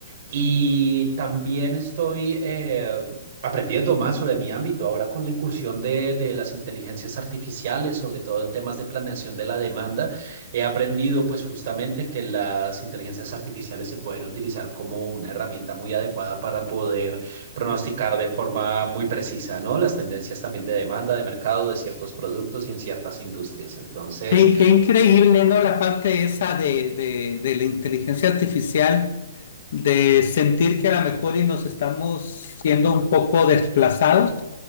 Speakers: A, on the right; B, on the left.
A: y también estoy... eh, aprendiendo más sobre mi ámbito ahora con la incursión de, de las inteligencias artificiales, sobre todo en temas de planeación de la demanda, he aprendido pues justamente que las inteligencias artificiales se pueden utilizar como una herramienta muy adecuada para poder pronosticar de forma muy precisa, ¿no? Las tendencias también de demanda, de mercado, de ciertos productos y en ciertas industrias. Entonces,
B: Qué, qué increíble, ¿no? La parte esa de, de, de la inteligencia artificial, de sentir que a lo mejor y nos estamos siendo un poco desplazados.